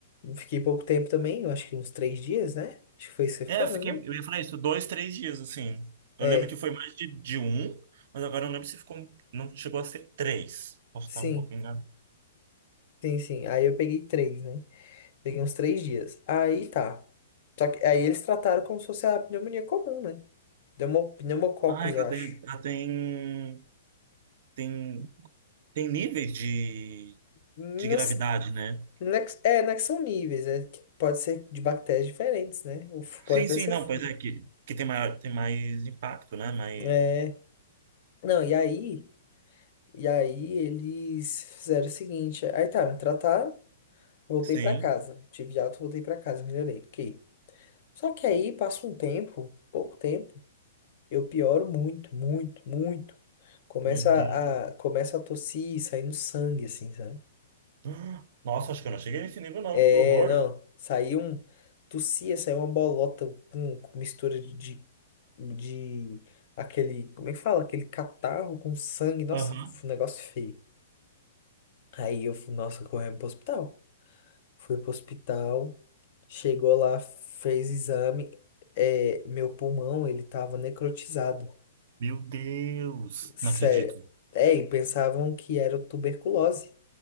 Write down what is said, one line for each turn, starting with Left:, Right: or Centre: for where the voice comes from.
Left: Fiquei pouco tempo também, eu acho que uns três dias, né? Acho que foi isso que você
Right: É,
Left: ficou,
Right: eu fiquei.
Left: mais ou menos.
Right: Eu ia falar isso, dois, três dias, assim.
Left: É,
Right: Eu lembro que foi mais de, de um, mas agora eu não lembro se ficou. Não chegou a ser três. Posso
Left: sim,
Right: estar um pouco enganado.
Left: sim, sim. Aí eu peguei três, né? Peguei uns três dias. Aí tá. Só que aí eles trataram como se fosse a pneumonia comum, né? Pneumo- Pneumococcus,
Right: Ah, ela
Left: eu acho.
Right: tem, ela tem, tem, tem níveis de,
Left: Nos,
Right: de gravidade, né?
Left: não é, que- é, não é que são níveis, é que pode ser de bactérias diferentes, né? O f- Pode
Right: Sim,
Left: até
Right: sim,
Left: ser
Right: não,
Left: fungo.
Right: pois é, que, que tem maior, tem mais impacto, né? Mas,
Left: É. Não, e aí. E aí eles fizeram o seguinte, aí tá, me trataram, voltei
Right: sim,
Left: pra casa, tive alta, voltei pra casa, melhorei, ok. Só que aí passa um tempo, pouco tempo, eu pioro muito, muito, muito. Começa
Right: meu Deus.
Left: a, começa a tossir, saindo sangue, assim, sabe?
Right: Ah, Nossa, acho que eu não cheguei nesse nível, não,
Left: É,
Right: que horror.
Left: não, saiu um, tossia, saiu uma bolota com, com mistura de, de, de aquele, como é que fala? Aquele catarro com sangue, nossa,
Right: Aham.
Left: um negócio feio. Aí eu fui, nossa, correndo pro hospital. Fui pro hospital, chegou lá, fez exame. É, meu pulmão, ele tava necrotizado.
Right: Meu Deus,
Left: Sério.
Right: não acredito.
Left: É, e pensavam que era tuberculose,